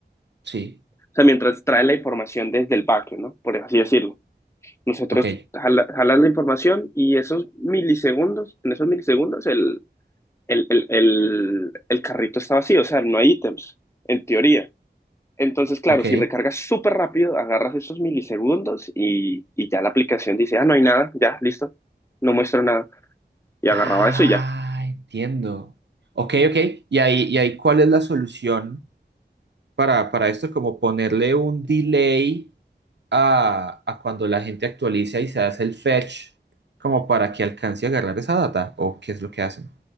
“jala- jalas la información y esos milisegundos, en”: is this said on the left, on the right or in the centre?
Left